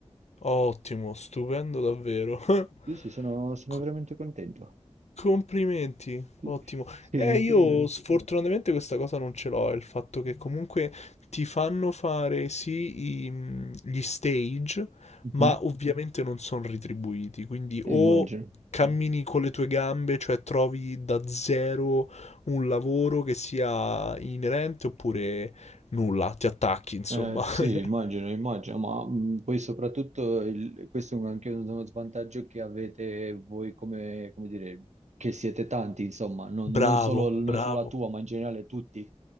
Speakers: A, on the left; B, on the right.
A: Ottimo, stupendo davvero. <laughs>
B: Sì, sì, sono, sono
A: Co-
B: veramente contento.
A: Complimenti,
B: Sì,
A: ottimo.
B: <laughs> sì,
A: Eh,
B: ti
A: io
B: ringrazio.
A: sfortunatamente questa cosa non ce l'ho, è il fatto che comunque ti fanno fare sì i- mm, gli stage,
B: Mhm,
A: ma ovviamente non sono retribuiti, quindi
B: eh,
A: o
B: Immagino.
A: cammini con le tue gambe, cioè trovi da zero un lavoro che sia inerente oppure nulla, ti attacchi, insomma.
B: Eh,
A: <laughs>
B: sì, immagino, immagino, ma mh, poi soprattutto il- questo è un- anche uno svantaggio che avete voi come, come dire, che siete tanti, insomma, non,
A: Bravo,
B: non solo, non
A: bravo.
B: solo la tua, ma in generale tutti.